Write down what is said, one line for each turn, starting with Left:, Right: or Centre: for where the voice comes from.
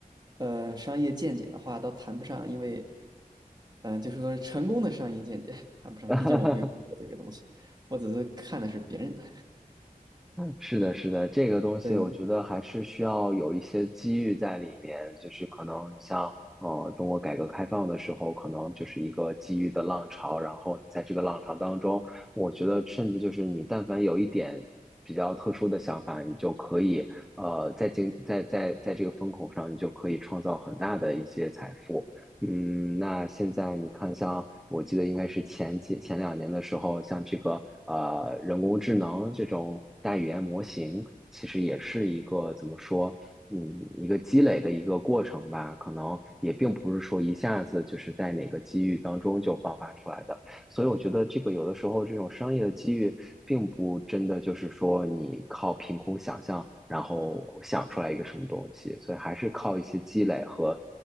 Right: 呃，商业见解的话倒谈不上，因为，嗯、就是说成功的商业见解 <laughs> 谈不上，
Centre: <laughs>
Right: 毕竟我没有做这个东西，我只是看的是别人的。
Centre: 是的，是的，这个东西我觉得还是需要有一些机遇在里面，
Right: 对，
Centre: 就是可能像呃中国改革开放的时候，可能就是一个机遇的浪潮，然后你在这个浪潮当中，我觉得甚至就是你但凡有一点比较特殊的想法，你就可以呃在经在在在这个风口上，你就可以创造很大的一些财富。嗯，那现在你看，像我记得应该是前几前两年的时候，像这个呃人工智能这种大语言模型，其实也是一个怎么说，嗯，一个积累的一个过程吧。可能也并不是说一下子就是在哪个机遇当中就爆发出来的。所以我觉得这个有的时候这种商业的机遇，并不真的就是说你靠凭空想象，然后想出来一个什么东西，所以还是靠一些积累和